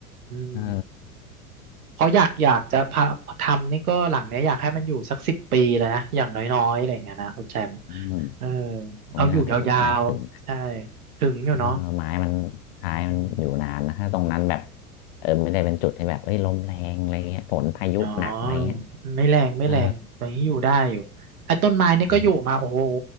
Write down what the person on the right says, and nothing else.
อืม
เพราะอยากอยากจะพาทำนี่ก็หลังเนี้ยอยากให้มันอยู่สักสิบปีเลยนะอย่างน้อยๆอะไรอย่างเงี้ยนะคุณแชมป์
เออเอาอยู่ยาวๆใช่
ถึงอยู่เนาะ
อืม
อ๋อไม่แรงไม่แรงตอนนี้อยู่ได้อยู่ไอ้ต้นไม้นี่ก็อยู่มาโอ้โห